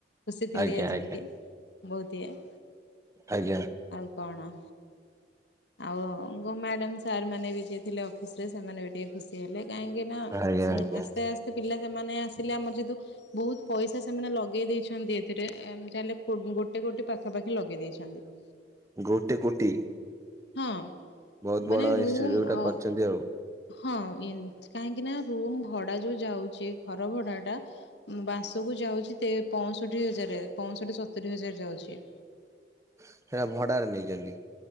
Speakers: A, on the left; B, on the right.
A: ଖୁସି ଥିଲି
B: ଆଜ୍ଞା
A: ଆଜି
B: ଆଜ୍ଞା
A: ଟିକେ
B: ଆଜ୍ଞା
A: ବହୁତ ଇଏ।
B: ଆଜ୍ଞା।
A: ଆଉ କଣ? ଆଉ ଗୋ ମ୍ୟାଡାମ ସାର୍ ମାନେ ବି ସେ ଯିଏଥିଲେ ଅଫିସ ରେ ସେମାନେ ବି ଟିକେ ଖୁସି ହେଲେ କାହିଁକି ନା
B: ଆଜ୍ଞା ଆଜ୍ଞା ଆଜ୍ଞା
A: ଆସ୍ତେ ଆସ୍ତେ ପିଲା ସେମାନେ ଆସିଲେ ଆମର ଯେତୁ ବହୁତ ପଇସା ସେମାନେ ଲଗେଇ ଦେଇଛନ୍ତି ଏଥିରେଏମିତି ହେଲେ ଗୋଟେ କୋଟି ପାଖାପାଖି ଲଗେଇ ଦେଇଛନ୍ତି। <inaudible>
B: ଗୋଟେ କୋଟି।
A: ହଁ
B: ବହୁତ
A: ମାନେ
B: ବଡ
A: ରୁମ୍
B: ଇନଷ୍ଟିଚ୍ୟୁଟ
A: ଅ
B: କରିଛନ୍ତି ଆଉ
A: ହଁ ଇନ୍ କାହିଁକି ନା ରୁମ ଭଡା ଯୋଉ ଯାଉଛି ଘର ଭଡା ଟା ମାସକୁ ଯାଉଛି ତେ ପଅଁଷଠି ହଜାର ପଅଁଷଠି ସତୁରି ହଜାର ଯାଉଛି।
B: ସେଇଟା ଭଡାରେ ନେଇଚନ୍ତି।